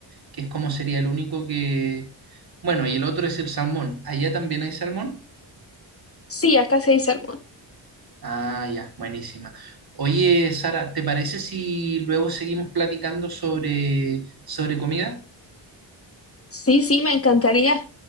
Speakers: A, on the right; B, on the left.
A: que es como sería el único que... Bueno, y el otro es el salmón. ¿Allá también hay salmón?
B: Sí, acá sí hay salmón.
A: Ah, ya, buenísima. Oye, Sara, ¿te parece si luego seguimos platicando sobre, sobre comida?
B: Sí, sí, me encantaría.